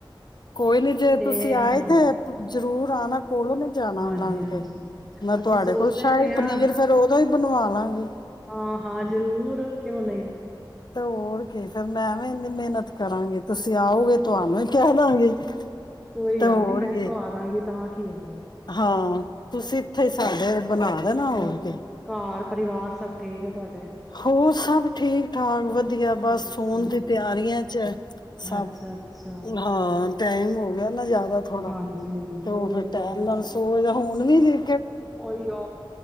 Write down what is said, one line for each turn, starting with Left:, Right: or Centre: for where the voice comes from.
Left: ਕੋਈ ਨੀ ਜੇ
Centre: ਤੇ
Left: ਤੁਸੀਂ ਆਏ
Centre: ਹਾਂ
Left: ਤੇਥ ਦੂਰ ਆਨਾ ਕੋਲੋਂ ਨੀ ਜਾਣਾੁੰਦਾਗ
Centre: ਹਾਂਜੀ ਹਾਂਜੀ
Left: ਕੇ ਮੈਂ
Centre: ਅਸੀਂ
Left: ਤੁਹਾਡੇ
Centre: ਸੋਚਦੇ
Left: ਕੋਲ ਸ਼ਾਹੀ
Centre: ਪਏ ਹਾਂ
Left: ਪਨੀਰ ਫੇਰ ਉਦੋਂ ਹੀ ਬਣਵਾ ਲਾਂਗੇ
Centre: ਹਾਂ ਹਾਂ ਜ਼ਰੂਰ ਕਿਉਂ ਨਹੀਂ
Left: ਤੇ ਹੋੜ ਕੇ ਫੇਿਰ ਮੈਂ ਵੀਨੀ ਮਿਹਨਤ ਕਰਾਂਗੇ ਤੁਸੀਂ ਆਓਗੇ ਤੁਹਾਨੂੰ ਹੀ ਕਹਿ ਦਵਗੇ
Centre: ਕੋਈ
Left: ਤੇ
Centre: ਗੱਲ
Left: ਹੋਰ
Centre: ਨੀ ਮੈਂ
Left: ਕ਼ੀ
Centre: ਖਵਾ ਦਾਂਗੀ ਤਾਂ ਕੀ ਹੋ ਗਿਆ
Left: ਹਾਂ ਤੁਸੀਂ ੱਥੇ ਸਾਡੇ ਬਣਾ ਦੇਣਾ ਹੋਰ
Centre: ਹਾਂ
Left: ਕੇ
Centre: ਘਰ ਪਰਿਵਾਰ ਸਭ ਠੀਕ ਹੈ ਤੁਹਾਡੇ
Left: ਹੋਰ ਸਭ ਠੀਕ ਠਾਕ ਵਧ ਧੀਆ ਬਸ
Centre: ਅੱਛਾ
Left: ਸੋਣ ਦੀ ਤਿਆਰੀਆਂ ਚ ਸਭ
Centre: ਅੱਛਾ ਅੱਛਾ
Left: ਹਾਂ ਟਾਈਮ ਹੋ ਗਿਆ ਨਾ ਜ਼ਿਆਦਾ ਥੋੜਾ
Centre: ਹਾਂਜੀ ਹਾਂਜੀ
Left: ਤੇ ਉਹ
Centre: ਉਹੀਓ
Left: ਫਰ
Centre: ਜ਼ਿਆਦਾ
Left: ਟੈਮ ਨਾਲ ਸੋ ਜਾਓ ਹੁਣ ਵੀ ਜੇ
Centre: ਉਹੀਓ